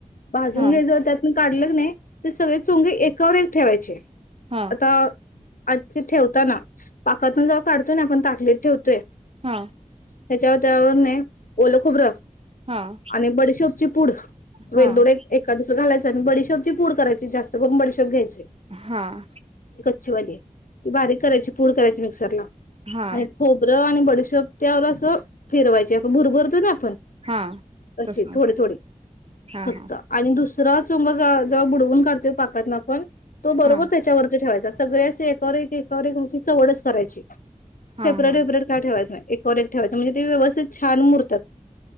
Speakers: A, on the left; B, on the right.
A: भाजून
B: हा
A: घ्यायचं मग त्यात काढलं की नाही ते सगळं चुंग एकावर एक ठेवायचे.
B: हा
A: आता आता ते ठेवताना पाकातून जर काढतो ना आपण ताटलीत ठेवतोय
B: हां
A: त्याच्यावर त्यावर ना ओलं खोबरं
B: हा
A: आणि बडीशोप ची पूड
B: हा
A: वेलदोडे एखाद घालायचं न बडीशेप ची पूड करायची जास्त पण बडीशेप घ्यायची
B: हां
A: कच्ची वाली बारीक करायची पूड करायची मिक्सरला.
B: हा
A: आणि खोबरं आणि बडीशेप त्यावर असं फिरवायची आपण भुरभुरतो ना पण
B: हा
A: तसे
B: तस
A: थोडे थोडे
B: हा
A: फक्त
B: हा
A: आणि दूस तेव्हाच मग आपण बुडवून काढतो पाकातून तो बरोबर
B: हा
A: त्याच्यावरती ठेवायचे असं सगळे एकावर एक चवडच करायची सेपरेट
B: हा हा
A: वेपरेट काय ठेवायचं नाय. एक फरक ठेवायचं म्हणजे ते व्यवस्थित छान मुरतात.